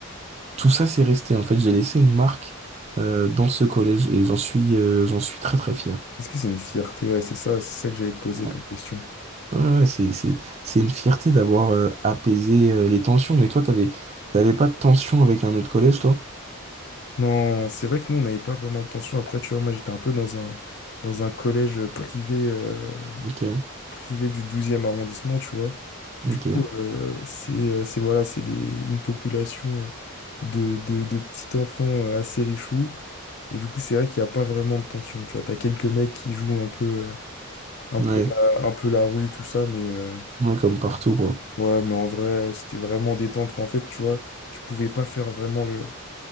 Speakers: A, on the right; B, on the left.
A: Tout ça, c'est resté. En fait, j'ai laissé une marque euh, dans ce collège et j'en suis, euh, j'en suis très très fier.
B: Est-ce que c'est une fierté? Ouais, c'est ça, c'est ça que j'allais te poser
A: Ouais,
B: comme question.
A: Ouais, ouais, ouais, c'est, c'est, c'est une fierté d'avoir euh, apaisé euh, les tensions. Mais toi, t'avais, t'avais pas de tension avec un autre collège, toi?
B: Non, c'est vrai que nous, on n'avait pas vraiment de tension. Après, tu vois, moi, j'étais un peu dans un, dans un collège privé. euh,
A: Ok,
B: privé du douzième arrondissement, tu vois. Du
A: ok.
B: coup, euh, c'est euh, c'est- voilà, c'est des- une population euh, de, de, de petits enfants euh, assez richoux. Et du coup, c'est vrai qu'il n'y a pas vraiment de tension, tu vois. T'as quelques mecs qui jouent un peu, euh, un
A: Ouais,
B: peu la, un peu la rue, tout ça, mais euh,
A: ouais, comme partout, quoi.
B: ouais, mais en vrai, euh, c'était vraiment détente. Enfin, en fait, tu vois, tu pouvais pas faire vraiment le,